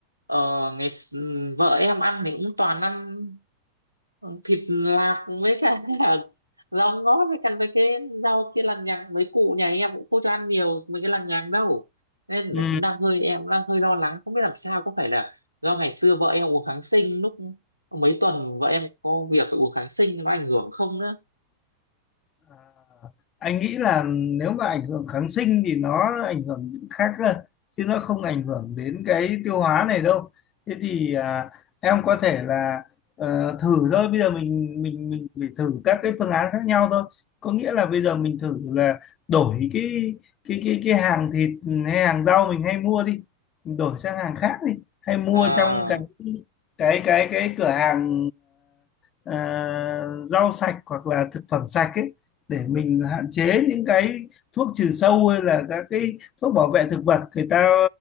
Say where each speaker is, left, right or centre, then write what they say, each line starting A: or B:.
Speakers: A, on the right; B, on the left.
A: ờ, ngày s- vợ em ăn thì cũng toàn ăn ờ, thịt lạc với cả <laughs> rau ngót với cả với cái rau kia lằng nhằng mấy cụ nhà em cũng không cho ăn nhiều mấy cái lằng nhằng đâu nên là
B: ừ
A: cũng đang hơi em cũng đang hơi lo lắng không biết làm sao có phải là do ngày xưa vợ em uống kháng sinh lúc mấy tuần vợ em có việc phải uống kháng sinh nó ảnh hưởng không nữa
B: À, anh nghĩ là nếu mà ảnh hưởng kháng sinh thì nó ảnh hưởng những khác cơ chứ nó không ảnh hưởng đến cái tiêu hóa này đâu thế thì à, em có thể là ờ, thử thôi bây giờ mình mình mình phải thử các cái phương án khác nhau thôi có nghĩa là bây giờ mình thử là đổi cái cái cái cái hàng thịt hay hàng rau mình hay mua đi mình đổi sang hàng khác đi hay mua
A: à
B: trong cái cái cái cái cửa hàng ờ, ờ, rau sạch hoặc là thực phẩm sạch ấy để mình hạn chế những cái thuốc trừ sâu hay là các cái thuốc bảo vệ thực vật người ta